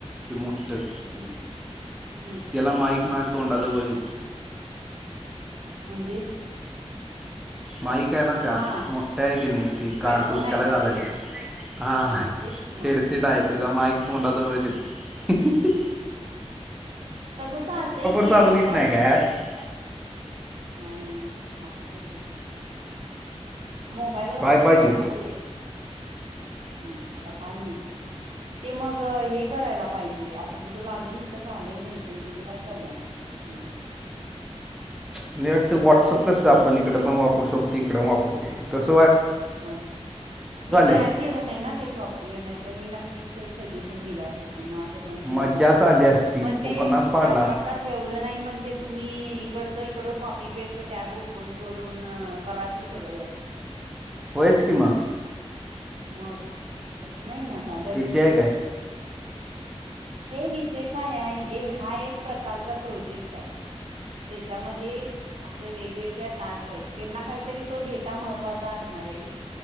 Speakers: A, in the centre; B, on the right (about 60°).
A: ते मोठ ट
B: हम्म हम्म
A: त्याला माईक माया तोंडा जवळ येतो
B: म्हणजे?
A: माईक आहे ना त्या
B: हा
A: मोठ्ठा आहे की नाही ती का
B: हेडफोन
A: डोक्याला
B: आहे काय
A: घालायचं.
B: ते
A: हां
B: हा तेच कि मग.
A: हेडसेट आहे त्याचा माईक तोंडा जवळच येते
B: तसं चालतय की
A: चालू येत
B: पण
A: नाही का ॲप
B: नाही आस कस मोबाईल वरतीच
A: व्हाय पाहिजे
B: आहे
A: होतं
B: ना, ते हम्म. आता काय माहिती ते मग हे करायला, पाहिजे आता तुझं लॉगिन इथं झालंय नाही. पण तिथं काय करणार <unintelligible> घेऊन तर.
A: म्हणजे असं व्हॉट्सअप कसं आपण इकड, पण वापरू शकतो. इकड वापरू शकतो. तस
B: होय मी तयार
A: असती
B: केलं नाही ना, ते सॉफ्टवेअर नाही तर मी न, की स सजेशन दिलं अस त्यांना अस पण ठेवा
A: मजाच
B: म्हणून,
A: आली असती
B: मग ते
A: बुकनाच पाडला
B: लॅपटॉपला
A: असता
B: ठेवलं नाही म्हणजे तुम्ही इकडच, इकड कॉपी पेस्ट टॅब ओपन करून अ करा कि सगळं
A: होयच किमा
B: मग तस नाही ना, चालत
A: विषय आहे काय?
B: हे विषय काय आहे हा एक प्रकारचा प्रोजेक्ट आहे ज्याच्यामध्ये असं वेगवेगळ्या टास्क आहेत त्यांना काहीतरी तो डेटा महत्त्वाचा असल णार आहे